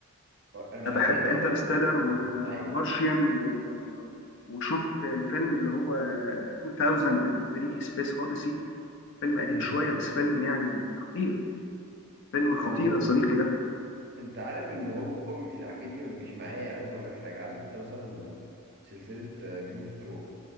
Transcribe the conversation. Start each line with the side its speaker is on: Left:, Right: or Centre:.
Right: انا مش
Left: أنا
Right: عارف
Left: بحب
Right: ليه الافلام
Left: انترستيلر
Right: دي مش
Left: ومارشيان
Right: بتيجي معايا
Left: و... وشفت الفيلم اللي هو 2003 سبيس اوديسي فيلم قديم
Right: امم
Left: شوية بس فيلم يعني خطير فيلم خطير
Right: انا م-
Left: يا صديقي ده
Right: انت عارف ان هو م- الحاجات دي ما بتجيش معايا يعني انا اقول لك حاجه عارف انت مثلا سلسله جيم اوف ثرون